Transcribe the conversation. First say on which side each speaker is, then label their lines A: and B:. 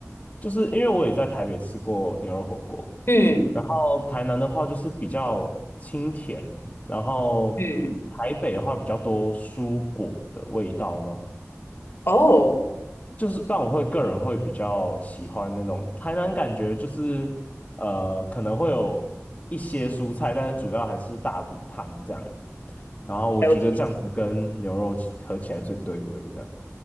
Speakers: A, on the left; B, on the left.
A: 就是因为我也在台北吃过牛肉火锅，
B: 嗯
A: 然后台南的话就是比较清甜，然后台北的话比较多蔬果的味道嘛，
B: 嗯，哦，
A: 就是但我会个人会比较喜欢那种台南感觉就是呃可能会有一些蔬菜，但是主要还是大骨汤这样，然后我觉得这样子跟牛肉起合起来最对味这样，
B: 了解。